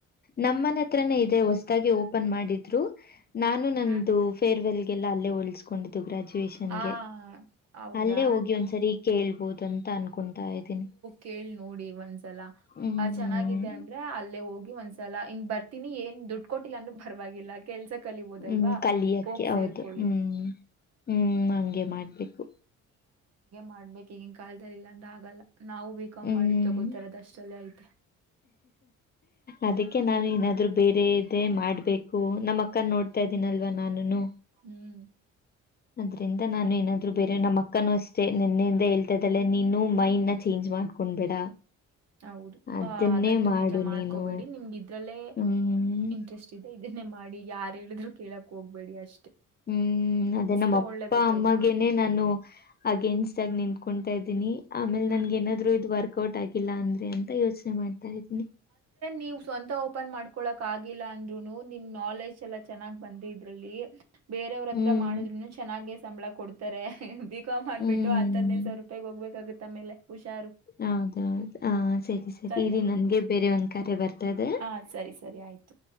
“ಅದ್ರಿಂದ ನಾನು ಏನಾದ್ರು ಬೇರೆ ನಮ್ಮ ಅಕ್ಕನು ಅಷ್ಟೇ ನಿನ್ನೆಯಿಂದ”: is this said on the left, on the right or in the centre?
Left